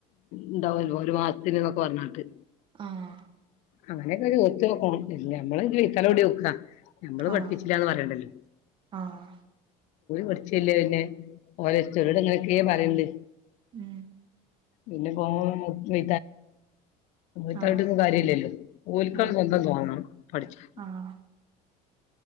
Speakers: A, on the left; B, on the right.
A: ഉണ്ടാവല്ലോ ഒരു മാസത്തിന്ന്നൊക്കെ പറഞ്ഞട്ട്
B: ആഹ
A: അങ്ങനെക്കെ ഒത്തു നോക്കണം ഞമ്മള് വി തല ഓടി നോക്കാ നഞമ്മള്
B: ആഹ്
A: പഠിപ്പിച്ചില്ലന്ന് പറയണ്ടല്ലോ
B: ആഹ്
A: പറിച്ചല്ലേ പിന്നെ ഓല ചട് അങ്ങനൊക്കെയ പറയണ്ട്
B: ഉം
A: പിന്നെ പ <unintelligible> ത്തായിട്ടൊന്നും
B: ആഹ്
A: കാര്യമില്ലല്ലോ ഓൽ ക്കാണ്
B: ആഹ്
A: സ്വന്തം തോന്നണം പഠിച്ചാൻ. <inaudible>
B: ആഹ്